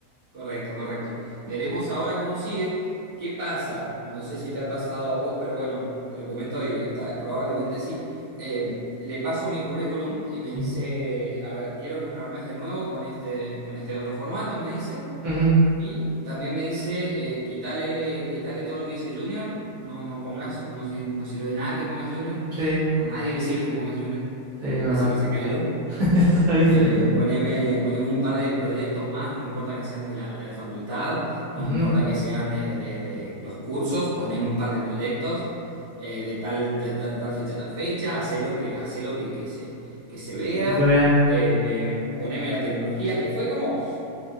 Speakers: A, on the right; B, on the right.
A: Correcto, correcto. Veremos ahora cómo sigue. ¿Qué pasa? No sé si te ha pasado a vos, pero bueno, te lo comento y ta- probablemente sí. Eh, le paso mi currículum y me dice,
B: Ujú.
A: a ver, quiero que me lo armes de nuevo con este, con este otro formato, me dice.
B: Ujú,
A: Y también me dice, eh, quítale, quítale todo lo que dice Junior. No, no pongas, no, sir- no sirve de nada que pongas Junior.
B: Sí,
A: A nadie le sirve que pongas Junior.
B: sí, es verdad.
A: Así que sacalo.
B: <laughs> Eso dicen.
A: Eh, poneme, poneme un par de proyectos más, no me importa que sean de la, de la facultad, no
B: Ujú,
A: me importa que sean de, de- de los cursos, poneme un par de proyectos eh, de tal, de tal, tal fecha, tal fecha, hacé lo que, hacé lo que, que se, que se vea,
B: que se vea.
A: eh, eh, poneme las tecnologías, que fue como